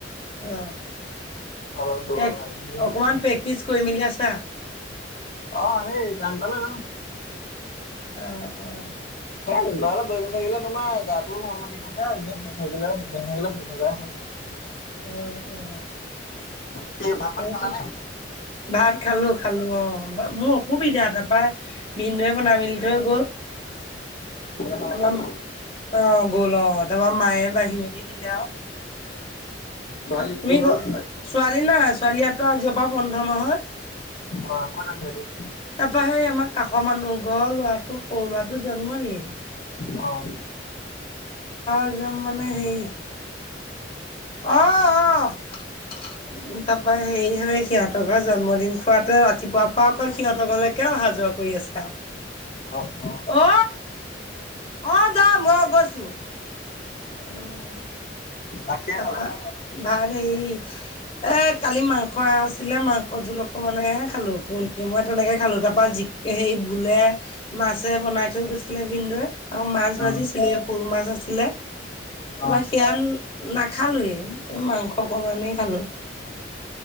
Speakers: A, on the left (about 30°); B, on the left (about 50°).
A: অ',
B: অলপ দৌ ৰানিং চানিং
A: অকমান
B: মাৰিমগে
A: প্ৰেক্টিচ কৰি মেলি আছা?
B: অ সেই টাইম পালে যাও
A: অ অ
B: এ <unintelligible> দৰি মেলি থাকিলে তোমাৰ গাটোও ভাল লাগি থাকে, এনেই শুই থাকিলে <unintelligible> থাকিলে শুই থকাই হয়।
A: উ উ
B: কি ভাত পানী
A: <unintelligible>
B: খালা নে
A: ভাত খালো, খালো অ'। মোৰ অসুবিধা তাৰপৰা, ভিনদৌৱে বনাই মেলি থৈ গ'ল।
B: কামলে
A: আমাৰ
B: গ'ল
A: অ গ'ল অ তাৰমৰা মায়ে বাঢ়ি মেলি দিলে আৰু
B: ছোৱালী
A: খালো,
B: স্কুল
A: তুমি
B: গ'ল
A: ছোৱালী
B: নেকি
A: নাই, ছোৱালীহতৰ আজিৰ পৰা বন্ধ নহয়।
B: হয়, কত আছে এতিয়া?
A: তাৰপৰা সেই আমাৰ কাষৰ মানুহ ঘৰ লৰাটো সৰু ল'ৰাটো জন্ম দিন
B: অ'
A: একদম মানে হেৰি অ', অ', তাপা হেৰি হয়, সিহঁতৰ ঘৰৰ জন্মদিন খোৱাতোয়ে ৰাতিপুৱাৰ পৰা অকল সিহঁতৰ ঘলৈকে অহা যোৱা কৰি আছে আৰু
B: অ অ
A: ঔ অ', যাম অ', গৈছোঁ, অ'
B: ভাত কিহে
A: তাপা
B: খালা
A: ভা হেৰি এ কালি মাংস আছিলে মাংস জোল অকমানহে খালো পনি মই তেনেকে খালো তাৰপা জি সেই ভোলে মাছে বনাই থৈ গৈছিলে ভিনদৈ আকৌ মাছ
B: অ
A: ভাজিছিলে সৰু মাছ আছিলে <unintelligible>
B: অ
A: নাখালোয়ে, এই মাংস অকমানেই খালোঁ।